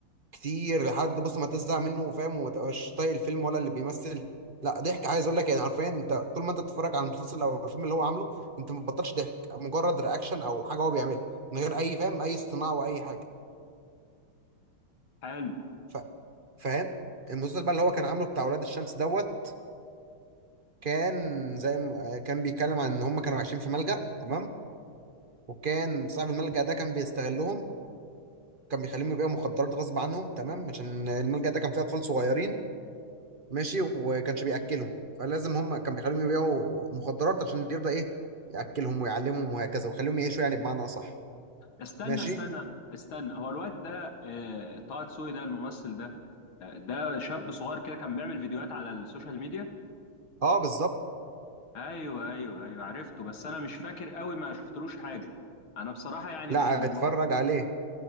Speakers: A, on the right; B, on the left.
A: كتير لحد بص ما تزهق منه وفاهم وما تبقاش طايق الفيلم ولا اللي بيمثل لا ضحك عايز اقول لك يعني حرفيا انت طول ما انت بتتفرج على المسلسل او الفيلم اللي هو عامله انت ما بتبطلش ضحك مجرد رياكشن او حاجه هو بيعملها من غير اي فاهم اي اصطناع واي حاجه
B: حلو
A: ف... فاهم المسلسل بقى اللي هو كان عامله بتاع ولاد الشمس دوت كان زي ما آه، كان بيتكلم عن ان هم كانوا عايشين في ملجأ تمام وكان صاحب الملجأ ده كان بيستغلهم كان بيخليهم يبيعوا مخدرات غصب عنهم تمام عشان الملجأ ده كان فيه اطفال صغيرين ماشي وكانش بياكلهم فلازم هم كان بيخليهم يبيعوا مخدرات عشان يرضى ايه ياكلهم ويعلمهم وهكذا ويخليهم يعيشوا يعني بمعنى اصح
B: استنى
A: ماشي
B: استنى استنى هو الواد ده آه، طه دسوقي ده الممثل ده آه، ده شاب صغير كده كان بيعمل فيديوهات على السوشيال ميديا
A: اه بالظبط
B: ايوه ايوه ايوه عرفته بس انا مش فاكر قوي ما شفتلوش حاجه انا بصراحه يعني
A: لا
B: مش من
A: اتفرج
B: محب
A: عليه